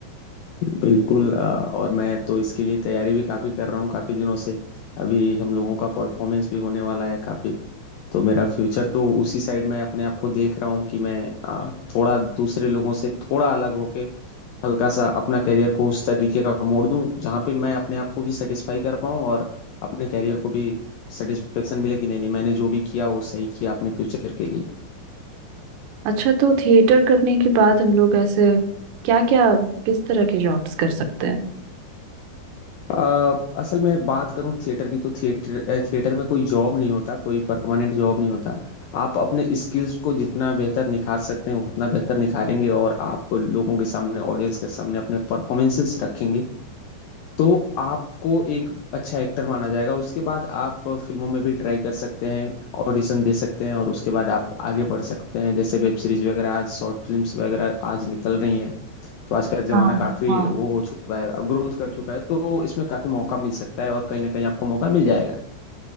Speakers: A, on the left; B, on the right.
A: बिल्कुल अ, और मैं तो इसके लिए तैयारी भी काफ़ी कर रहा हूँ काफ़ी दिनों से अभी हम लोगों का परफॉर्मेंस भी होने वाला है काफ़ी तो मेरा फ्यूचर तो उसी साइड में अपने आप को देख रहा हूँ कि मैं आ, थोड़ा दूसरे लोगों से थोड़ा अलग होके हल्का सा अपना करियर को उस तरीके का मोड़ दूं जहाँ पे मैं अपने आप को भी सेटिस्फाई कर पाऊँ और अपने करियर को भी सेटिस्फेक्शन मिले कि नहीं नहीं मैंने जो भी किया वो सही किया अपने फ्यूचर के लिए
B: अच्छा तो थिएटर करने के बाद हम लोग ऐसे क्या क्या किस तरह के जॉब्स कर सकते हैं
A: अ, असल में बात करूं थिएटर की तो थिएटर अ, थिएटर में कोई जॉब नहीं होता कोई परमानेंट जॉब नहीं होता आप अपने स्किल्स को जितना बेहतर निखार सकते हैं उतना बेहतर निखारेंगे और आप लोगों के सामने ऑडियंस के सामने अपने परफॉर्मेंसेस रखेंगे तो आपको एक अच्छा एक्टर माना जाएगा उसके बाद आप फिल्मों में भी ट्राई कर सकते हैं ऑडिशन दे सकते हैं और उसके बाद आप आगे बढ़ सकते हैं जैसे वेब सीरीज वगैरह आज शॉर्ट फिल्म्स वगैरह आज निकल रही हैं तो आज का जमाना
B: हाँ
A: काफी
B: हाँ
A: वो हो चुका है ग्रोथ कर चुका है तो इसमें काफी मौका मिल सकता है और कहीं ना कहीं आपको मौका मिल जाएगा